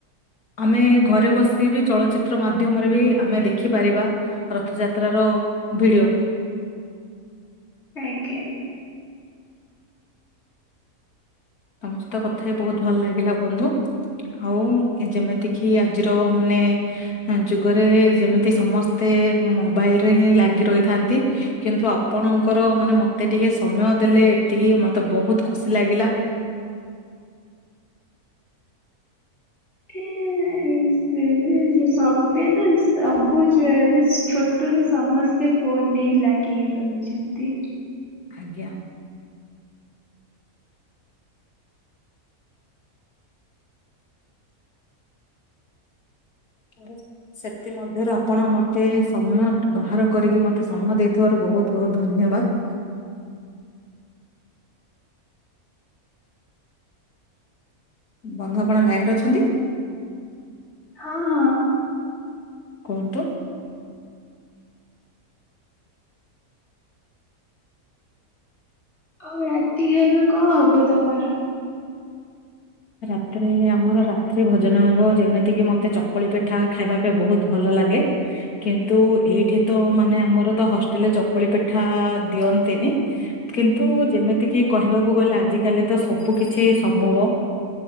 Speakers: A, on the left; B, on the left.
A: ଆମେ ଘରେ ବସି ବି ଚଳଚିତ୍ର ମାଧ୍ୟମରେ ବି ଆମେ ଦେଖିପାରିବା। ରଥଯାତ୍ରର ଭିଡିଓ।
B: ଆଜ୍ଞା ଆଜ୍ଞା।
A: ତମ ସହିତ କଥା ହେଇ ବୋହୁତ ଭଲ ଲାଗିଲା ବନ୍ଧୁ। ଆଉ ଏ ଯେମିତିକିି ଆଜିର ମାନେ ହୁଁ ଯୁଗରେ ଯେମିତି ସମସ୍ତେ ମୋବାଇଲରେ ହିଁ ଲାଗି ରହିଥାନ୍ତି କିନ୍ତୁ ଆପଣଙ୍କର ମାନେ ମତେ ଟିକେ ସମୟ ଦେଲେ ଏତିକି ମତେ ବୋହୁତ ଖୁସି ଲାଗିଲା।
B: <unintelligible> ଉଁ ସଭିଏଁ ତ ସବୁ ଯା ଏବେ ଛୋଟରୁୁ ସମସ୍ତେ ଫୋନରେ ହିଁ ଲାଗିକି ରୁହ ଛନ୍ତି।
A: ଆଜ୍ଞା। <unintelligible> ସେଥିମଧ୍ୟରୁ ଆପଣ ମତେ ସମୟ ଟିକ୍ ବାହାର କରିକି ମତେ ସମୟ ଦେଇଥିବାରୁ ବୋହୁତ ବୋହୁତ ଧନ୍ୟବାଦ୍। ବନ୍ଧୁ ଆପଣ ଲାଇନରେ ଅଛନ୍ତି?
B: ହଁ ହଁ।
A: କୁହନ୍ତୁ।
B: ଆଉ ରାତିରେ ଏବେ କଁ ହବ ତମର?
A: ରାତିରେ ଆମର ରାତ୍ରି ଭୋଜନ ହବ ଯେମିତିକି ମତେ ଚକୁଳି ପିଠା ଖାଇବା ପାଇଁ ବୋହୁତ ଭଲ ଲାଗେ। କିନ୍ତୁ ଏଇଠି ତ ମାନେ ଆମର ତ ହଷ୍ଟେଲରେ ଚକୁଳି ପିଠା ଦିଅନ୍ତିନି। କିନ୍ତୁ ଯେମିତିକି କହିବାକୁ ଗଲେ ଆଜି କାଲି ତ ସବୁ କିଛି ସମ୍ଭବ।